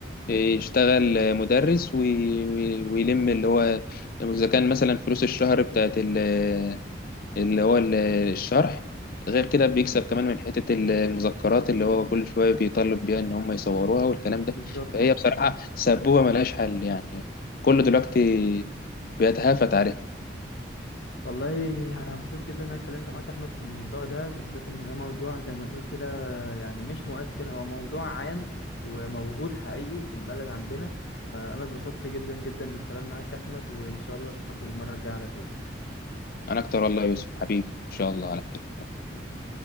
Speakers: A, on the left; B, on the left.
A: إيه، يشتغل مدرس وي- وي- ويلم اللي هو إذا كان مثلا فلوس الشهر بتاعت ال- اللي هو ال- الشرح غير كده بيكسب كمان من حتة المذكرات اللي هو كل شوية بيطالب بيها إن هم يصوروها والكلام
B: بالظبط
A: ده فهي بصراحة سبوبة ملهاش حل يعني كله دلوقتي بيتهافت عليها
B: والله يعني انا مبسوط جدا ان انا اتكلمت معاك يا احمد في الموضوع ده بالذات ان ده موضوع زي ما نقول كده يعني مش مؤثر هو موضوع عام وموجود حقيقي في البلد عندنا فانا اتبسطت جدا جدا بالكلام معاك يا احمد وان شاء الله اشوفك المرة الجاية على خير
A: انا اكتر والله يا يوسف حبيبي ان شاء الله على خير
B: حبيبي